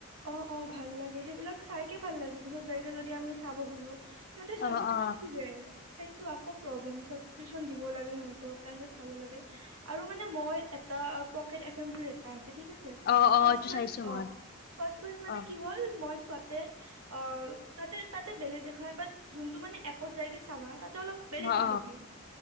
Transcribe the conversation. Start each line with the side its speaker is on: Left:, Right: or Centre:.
Right: অ', অ', ভাল লাগে সেইবিলাক চাইকে ভাল লাগে পিছত যাইকে যদি আমি চাব খোজোঁ। সিহঁতে সাবক্রিপশ্যন
Left: অ অ
Right: খোজে সেইটো আকৌ প্ৰব্লেম সাবক্ৰিপশ্যন দিব লাগে সিহঁতক তাৰপিছত চাব লাগে আৰু মানে মই এটা পকেট এফেমবুলি, এটা আছে ঠিক আছে
Left: অ অ
Right: ফাৰ্ষ্ট
Left: এইটো
Right: ৱাইছ
Left: চাইছো
Right: অ',
Left: মই
Right: ফাৰ্ষ্ট ৱাইছ মানে
Left: অ
Right: কি হল মই ছোৱাতে অ', তাতে তাতে বেলেগ দেখাই বাট যোনটো মানে এপত যায়গে চাবা তা ত' অলপ বেলেগ দেখাই
Left: অ
Right: দিয়ে